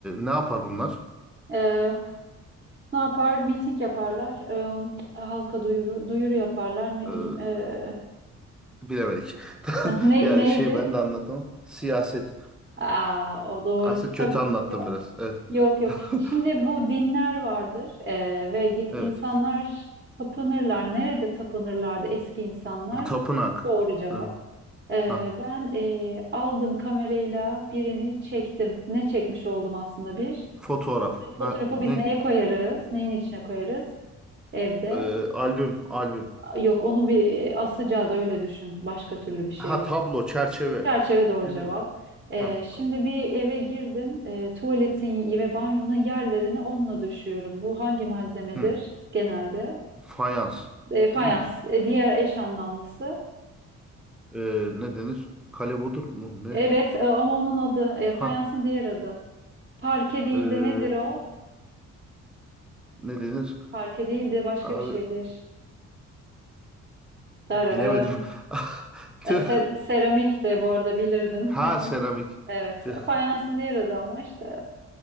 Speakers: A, in the centre; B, on the right.
A: ne yapar bunlar?
B: Ee, ne yapar? Miting yaparlar. Ee, halka duyuru, duyuru yaparlar. Ne
A: Ee,
B: bileyim. ee,
A: bilemedik. <laughs>
B: <laughs> ne,
A: Ya
B: neydi?
A: şey ben de anlatamam. Siyaset.
B: Aa, o doğru.
A: Aslında kötü
B: Tabii.
A: anlattım biraz. Evet.
B: Yok yok.
A: <laughs>
B: Şimdi bu dinler vardır eee, ve gi-
A: Evet.
B: insanlar tapınırlar. Nerede tapınırlardı eski insanlar?
A: Tapınak.
B: Doğru cevap.
A: Ee,
B: Eee,
A: Ha,
B: ben eee, aldım kamerayla birini çektim. Ne çekmiş oldum aslında bir?
A: fotoğraf.
B: Bu Fotoğrafı
A: Ha, ne?
B: biz neye koyarız? Neyin içine koyarız? Evde.
A: Ee, albüm, albüm.
B: Yok onu bir eee, asacağız öyle düşün. Başka türlü bir şey
A: Ha,
B: bu.
A: tablo, çerçeve.
B: Çerçeve doğru
A: Değil
B: cevap.
A: mi?
B: Ee,
A: Ha,
B: şimdi
A: tamam.
B: bir eve girdim. Ee, tuvaletin ve banyonun yerlerini onunla döşüyorum. Bu hangi malzemedir
A: Hı.
B: genelde?
A: Fayans.
B: Ee, fayans.
A: Değil mi?
B: Ee, diğer eş anlamlısı.
A: Ee, ne denir? Kalebodur mu? Ne?
B: Evet e, ama onun adı. e, fayansın
A: Ha,
B: diğer adı. Parke değil
A: ee,
B: de nedir o?
A: ne denir?
B: Parke değil de başka
A: Abi,
B: bir şeydir. Dararın.
A: bilemedim. <laughs>
B: E,
A: Tüh.
B: ser- seramik de bu arada bilirdin.
A: Ha,
B: <laughs>
A: seramik.
B: Evet.
A: <laughs> Tüh.
B: Fayansın diğer adı ama işte.